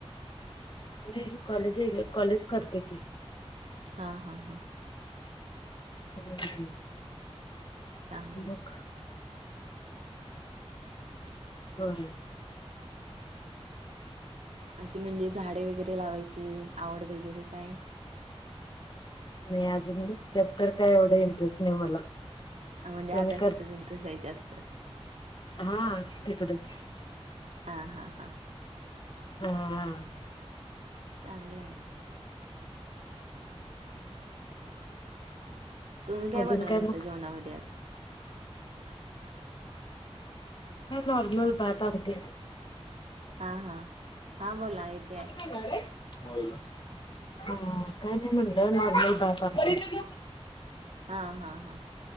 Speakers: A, on the left; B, on the right.
A: नाही कॉलेज आहे गं कॉलेज करत्या की.
B: हां हां हां.
A: करून आलो.
B: चांगलंय.
A: मग! बरं.
B: अशी म्हणजे झाडे वैगेरे लावायची आवड वैगेरे काय?
A: नाही अजून त्यात तर काय एवढ इंटरेस्ट नाही मला.
B: अ म्हणजे
A: तुम्ही
B: अभ्यासातच इंटरेस्ट आहे जास्त.
A: हां तिकडच.
B: हां हां हां.
A: हां.
B: चांगलं आहे ना. तुम्ही काय
A: अजून
B: बनवलं होत
A: मग
B: जेवणामध्ये आज?
A: काय नॉर्मल भात आमटी.
B: हां हां, हां बोला ऐक
A: <unintelligible> होय गं. हम्म काय नाही म्हटलं नॉर्मल भात आमटी.
B: हां हां हां.